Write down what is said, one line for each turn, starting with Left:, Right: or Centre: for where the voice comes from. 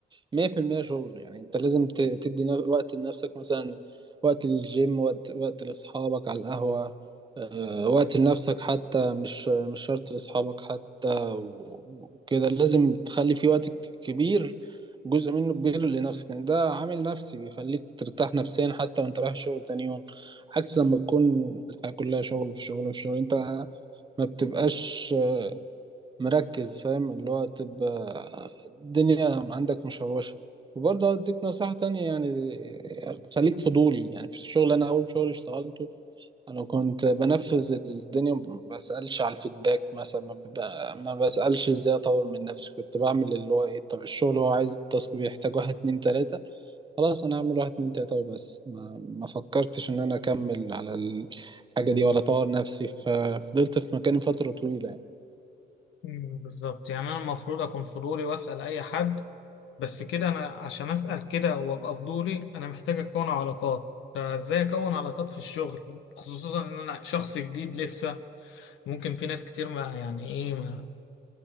Right: 100% شغل يعني انت لازم ت- تدي نا- وقت لنفسك مثلا وقت للجيم وقت وقت لاصحابك على القهوة آه، وقت لنفسك حتى مش مش شرط لاصحابك حتى و- وكده لازم تخلي في وقت ك- كبير جزء منه كبير لنفسك يعني ده عامل نفسي بيخليك ترتاح نفسيا حتى وانت رايح الشغل تاني يوم عكس لما تكون الحياة كلها شغل في شغل في شغل انت ما بتبقاش مركز فاهم اللي هو تبقى الدنيا عندك مشوشة وبرضه أديك نصيحة تانية يعني خليك فضولي يعني في الشغل أنا أول شغل اشتغلته أنا كنت بنفذ الدنيا ما بسألش على الفيدباك مثلا ما, ببقى ما بسألش إزاي أطور من نفسي كنت بعمل اللي هو إيه طب الشغل هو عايز التاسك بيحتاج واحد اتنين تلاتة خلاص أنا هعمل واحد اتنين تلاتة وبس ما, ما فكرتش إن أنا أكمل على الحاجة دي ولا أطور نفسي ففضلت في مكاني فترة طويلة يعني.
Left: مم، بالظبط يعني انا المفروض اكون فضولي واسأل اي حد بس كده انا عشان اسأل كده وابقى فضولي انا محتاج اكون علاقات فازاي اكون علاقات في الشغل خصوصا ان انا شخص جديد لسه ممكن في ناس كتير ما يعني ايه ما